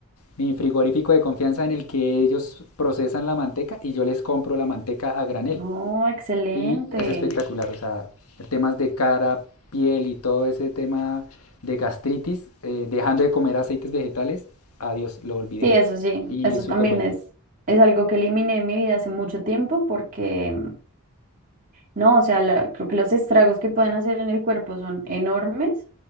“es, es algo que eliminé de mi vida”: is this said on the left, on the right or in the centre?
Right